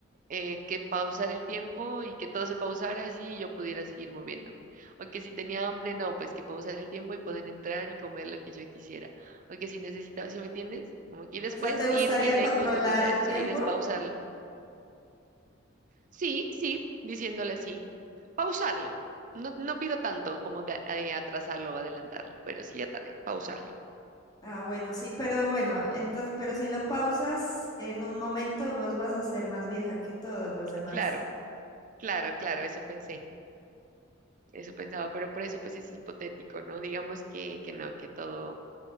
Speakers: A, on the right; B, on the left.
A: eh, que pausar el tiempo y que todo se pausara así y yo pudiera seguir moviéndome. O que si tenía hambre, no, pues que pausar el tiempo y poder entrar y comer lo que yo quisiera. O que si necesitaba, ¿sí me entiendes? Como que y después
B: o sea, ¿te gustaría
A: irme lejos,
B: controlar
A: lo que sea,
B: el
A: no
B: tiempo?
A: sé, y despausarlo. Sí, sí, diciéndole así, pausarlo. No, no pido tanto como de, de atrasarlo o adelantarlo, pero sí atra- pausarlo.
B: Ah, bueno, sí, pero bueno, entonces, pero si lo pausas, en un momento vos vas a ser más vieja que todos los demás.
A: Claro. Claro, claro, eso pensé, eso pensaba, pero por eso pues es hipotético, ¿no? Digamos que, que no, que todo